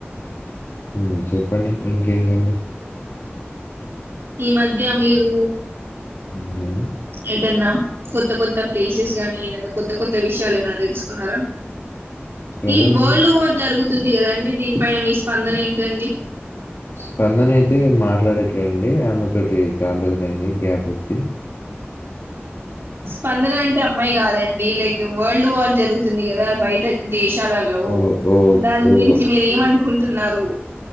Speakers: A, on the left (about 70°); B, on the right (about 65°).
A: ఉమ్మ్ చెప్పండి ఇంకేంటండి
B: ఈ మధ్య మీరు
A: మ్మ్, నేను
B: ఏదన్నా కొత్త కొత్త ప్లేసెస్ గానీ ఏదైనా కొత్త కొత్త విషయాలు ఏమైన తెలుసుకున్నారా
A: ప్రజెంట్
B: ఈ వరల్డ్ వార్ జరుగుతు తుంది కదండి దీనిపైన మీ స్పందన ఏంటండి
A: స్పందన అయితే మాట్లాడట్లే అండి ఆమె తోటి చాలా రోజులుయింది. గ్యాపొచ్చి
B: స్పందన అంటే అ అమ్మాయి కాదండి లైక్ వరల్డ్ వార్ జరుగుతుంది కదా బయట దేశాలలో
A: ఓ ఓ
B: దాని
A: ఓ
B: గురించి మీరు ఏమనుకుంట తున్నారు